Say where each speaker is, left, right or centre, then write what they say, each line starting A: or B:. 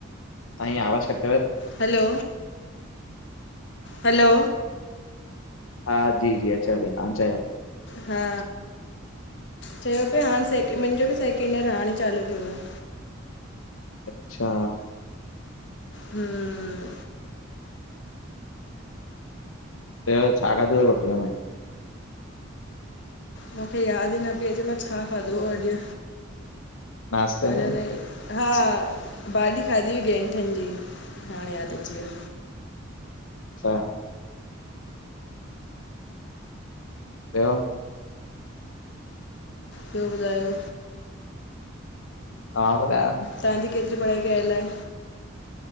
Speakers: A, on the left; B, on the left.
A: नही आवाज़ कट
B: हलो हलो।
A: हा जी जी, अच थी हाणे चायो।
B: हा चयो पिियो हाणे सेक मुंहिंजो बि सैकेंड ईयर हाणे चालू थियो आह।
A: अच्छा।
B: हम्म
A: त छा खाधू रोटीअ में?
B: मूंखे यादि ई न पई अचे मां छा खाधो आ अॼु
A: नाश्ते
B: अञा
A: में
B: ताईं? हा भाॼी खाधी हुई गेंठनि जी हाणे यादि अची विया।
A: छा। बयो।
B: ॿियो ॿुधायो।
A: तव्हां ॿुधायो न।
B: तव्हांजी केतिरि पढ़ाई कयल आहे?